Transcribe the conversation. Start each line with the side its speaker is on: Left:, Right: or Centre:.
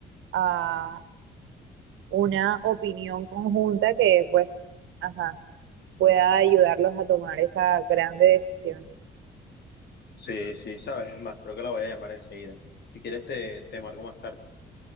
Right: a una opinión conjunta que pues, ajá, pueda ayudarlos a tomar esa grande decisión.
Left: Sí, sí, sabes, es más, creo que la voy a llamar enseguida. Si quieres te, te marco más tarde.